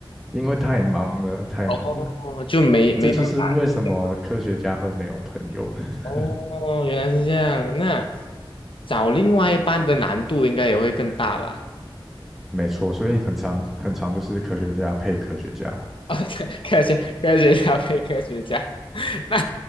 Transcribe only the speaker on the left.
哦，就没没办法了，
这样子的
哦，原来是这样，那找另外一半的难度应该也会更大吧？
哦，<laughs> 科科学科学家配科学家，<laughs> 那